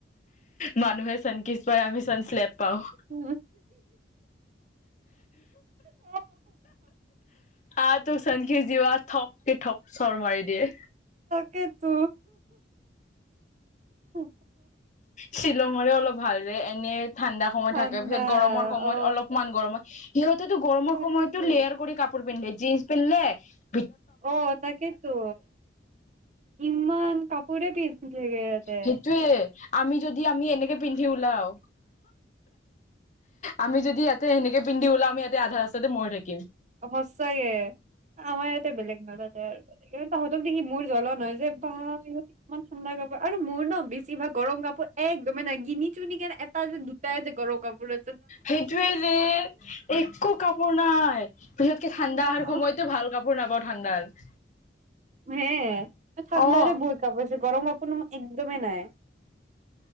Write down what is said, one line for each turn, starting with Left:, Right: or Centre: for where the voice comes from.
Left: মানুহে চানকিচ আমি চেননচেলেপ পাওঁ <unintelligible>
Right: উ অ
Left: আ তোক চনখি জিৱ থঠপকে ঠপ চৰ মাৰি দিয়ে
Right: কে তো উ
Left: শ্বিলঙৰে অলপ ভালৰে এনে ঠাণ্ডা সময়
Right: ঠাণ্ডা
Left: থাকে পিছত গৰমৰ সময়ত
Right: অ
Left: অলপমান গৰমত কি ত ত গৰমৰ
Right: তাকেতো
Left: সময়ত তোৰ লেয়াৰ কৰি কাপোৰ পিন্ধিলে জিনন্স পিন্ধে উ
Right: অ তাকেতো ইমান কাপোৰ পিছ থে যতে
Left: সেইটোয়ে আমি যদি আমি এনেকে পিন্ধি ওলাও আমি যদি ইয়াতে এনেকে পিন্ধি ওলাও আমি ইয়াতে আধা মৰে <unintelligible>
Right: সচাকে আমাৰ ইয়াতে বেলেগ নাজাতে আৰু তহঁত দেকি মোৰ জ্বলন হয় যে বা ইহঁত ইমান ঠাণ্ডা কাপোৰ আৰু মোৰ ন বেছি ভাগ গৰম কাপোৰ একদমেই নাই গিনি ছোনিকে এটা যে দুটাই যে গৰম কাপোৰে
Left: সেইটোৱেৰে একো কাপোৰ নাই। পিছতকে ঠাণ্ডাৰ
Right: অ
Left: সময়তটো ভাল বোৰ নাপ ঠাণ্ডাত <inaudible>
Right: হে, ঠাণ্ডাৰে
Left: অ
Right: বহুত আছে গৰম কোনো একদমেই নাই।